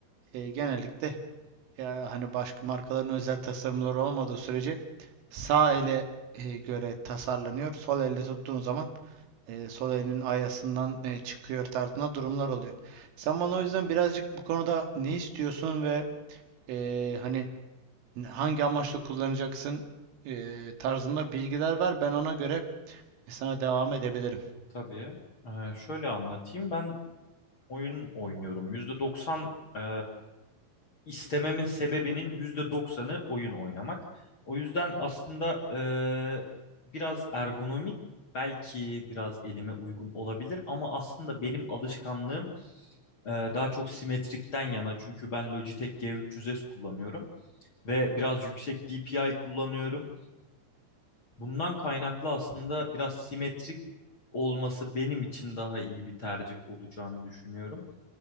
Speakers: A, on the right (about 80°); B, on the left (about 35°).
A: e, genellikle ya hani başka markaların özel tasarımları olmadığı sürece sağ ele e, göre tasarlanıyor. Sol elle tuttuğun zaman e, sol elinin ayasından e, çıkıyor tarzında durumlar oluyor. Sen bana o yüzden birazcık bu konuda ne istiyorsun ve e, hani hangi amaçla kullanacaksın e, tarzında bilgiler ver. Ben ona göre e, sana devam edebilirim.
B: Tabii. Ee, şöyle anlatayım. Ben oyun oynuyorum. %90 e, istememin sebebinin %90'ı oyun oynamak. O yüzden aslında e, biraz ergonomik belki biraz elime uygun olabilir ama aslında benim alışkanlığım e, daha çok simetrikten yana çünkü ben Logitech G300S kullanıyorum. ve biraz yüksek DPI kullanıyorum. Bundan kaynaklı aslında biraz simetrik olması benim için daha iyi bir tercih olacağını düşünüyorum.